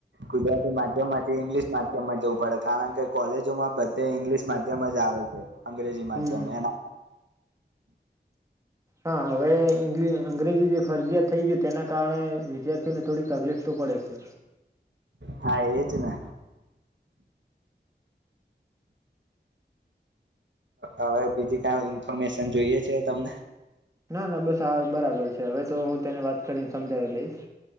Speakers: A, on the right; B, on the right.
A: ગુજરાતી માધ્યમમાંથી ઈંગ્લિશ માધ્યમમાં જવું પડે કારણ કે કોલેજો માં બધે ઇંગ્લિશ માધ્યમ જ આવે છે. અંગ્રેજી માધ્યમ
B: હમ હમ
A: એ.
B: હા હવે અંગ્રેજી જે ફરજીયાત થઈ ગય તેના કારણે વિદ્યાર્થીઓને થોડી તકલીફ તો પડે છે.
A: હા એજ ને. હવે બીજી કઈ ઇન્ફોર્મેશન જોઈએ છે તમને.
B: ના ના બસ આ બરાબર છે હવે તો હું તેની વાત કરીને સમજાવી લઈશ.